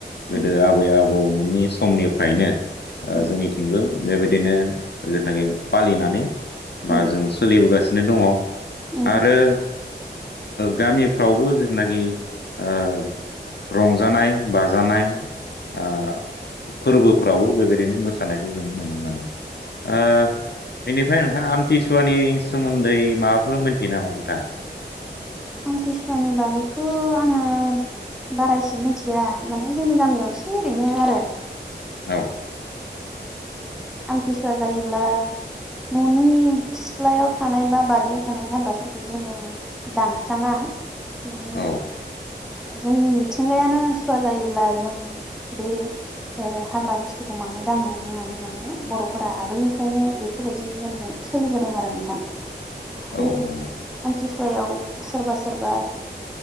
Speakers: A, on the left (about 70°); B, in the centre.
A: गोदो
B: उम
A: आबै आबौमोननि समनिफ्रायनो आ
B: उम
A: जोंनिथिंबो बेबायदिनो जेनाखि फालिनानै बा
B: उम
A: जों सोलिबोगासिनो दङ'।
B: उम
A: आरो गामिफ्रावबो ओ जेनाखि ओ रंजानाय बाजानाय ओ फोरबोफ्रावबो बेबायदिनो मोसानायखौ जों नुनो मोनो। ओ बेनि फ्राय नोंथाङा आमथिसुवानि सोमोन्दै माबाफोर मोनथियो नामा नोंथाङा?
B: <inaudible> आमथिसुवानि बागैथ' आङो बारा एसे मिथिया माने जोंनि गामियाव एसे एसे ओरैनो आरो
A: औ
B: आमथिसुवा जायोब्ला न'नि सिथ्लायाव थानाय बा बारियाव थानाय हाग्राफोरखौ जोङो दामस्राङा माने
A: औ
B: जोंनि मिथिंगायानो सुवा जायोब्ला जों बे ओ हाग्रा बुस्थुखौ मानो दांनो होननानै माने बर'फोरा आगोलनिफ्रायनो बेफोरबायदि नेमजों सोलिबोदों आरो नोंथां बे
A: औ नंगौ
B: आमथि सुवायाव सोरबा सोरबा